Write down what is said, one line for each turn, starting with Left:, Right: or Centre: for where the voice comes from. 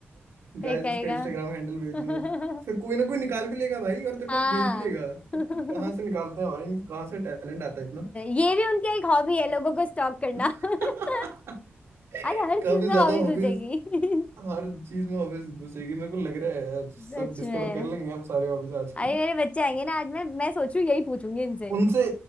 Right: गाइस
Left: ये कहेगा
Right: उसका इंस्टाग्राम हैंडल भेजो
Left: <laughs>
Right: फिर कोई ना कोई निकाल भी लेगा भाई और तेरे
Left: हाँ
Right: को भेज भी देगा
Left: <laughs>
Right: पता नहीं कहाँ से निकालते हैं भाई कहाँ से टैलेंट आता है इतना
Left: ये भी उनकी एक हॉबी है लोगों को स्टॉक करना
Right: <laughs>
Left: <laughs> आज हर चीज
Right: काफी
Left: में
Right: ज्यादा
Left: हॉबी
Right: हॉबीज
Left: घुसेगी <laughs>
Right: हर चीज में हॉबीज घुसेगी मेरे को लग रहा है आज सब
Left: सच
Right: डिस्कवर
Left: में
Right: कर लेंगे हम सारे हॉबीज आज की
Left: अरे मेरे बच्चे आएंगे ना आज मैं मैं सोचू यही पूछूंगी इनसे
Right: उनसे